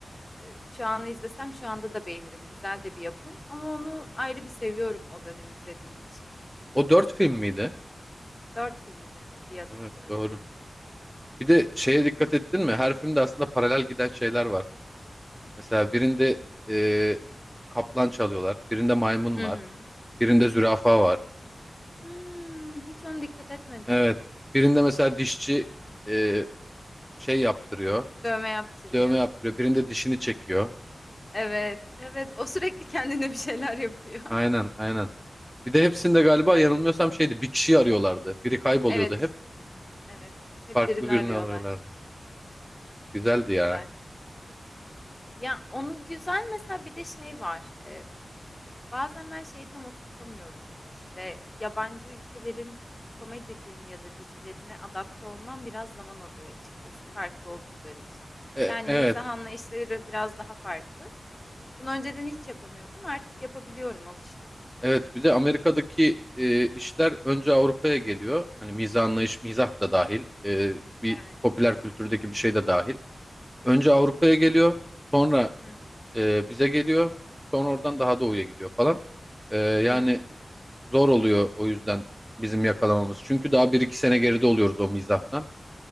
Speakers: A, on the left (about 20°); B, in the centre.
A: Ee, Şu an izlesem şu anda da beğenirim. Güzel de bir yapım. Ama onu ayrı bir seviyorum o dönem izlediğim için.
B: O dört film miydi?
A: Dört filmdi diye hatırlıyorum
B: Evet doğru.
A: ben.
B: Bir de şeye dikkat ettin mi? Her filmde aslında paralel giden şeyler var. Mesela birinde e, kaplan çalıyorlar. Birinde maymun
A: Hı
B: var.
A: hı.
B: Birinde zürafa var.
A: Hmm, hiç ona dikkat etmedim.
B: Evet. Birinde mesela dişçi e, şey yaptırıyor.
A: Dövme yaptırıyor.
B: dövme yaptırıyor. Birinde dişini çekiyor.
A: Evet, evet. O sürekli kendine bir şeyler yapıyor. <laughs>
B: Aynen aynen. Bir de hepsinde galiba yanılmıyorsam şeydi bir kişiyi arıyorlardı. Biri kayboluyordu
A: Evet,
B: hep.
A: evet. Hep
B: Farklı
A: birini
B: birini
A: arıyorlar.
B: arıyorlardı. Güzeldi
A: Çok
B: ya.
A: güzel. Ya onu güzel mesela bir de şey var. Ee, bazen ben şeyi tam oturtamıyorum. İşte yabancı ülkelerin komedi filmi ya da dizilerine adapte olmam biraz zaman alıyor açıkçası farklı oldukları için.
B: E,
A: Yani
B: evet.
A: mizah anlayışları biraz daha farklı. Bunu önceden hiç yapamıyordum. Artık yapabiliyorum, alıştım.
B: Evet bir de Amerika'daki e, işler önce Avrupa'ya geliyor. Hani mizah anlayış, mizah da dahil. E, bir
A: Evet.
B: popüler kültürdeki bir şey de dahil. Önce Avrupa'ya geliyor. Sonra
A: Hı hı.
B: e, bize geliyor. Sonra oradan daha doğuya gidiyor falan. E, yani
A: Hmm.
B: Zor oluyor o yüzden bizim yakalamamız. Çünkü daha bir iki sene geride oluyoruz o mizahtan.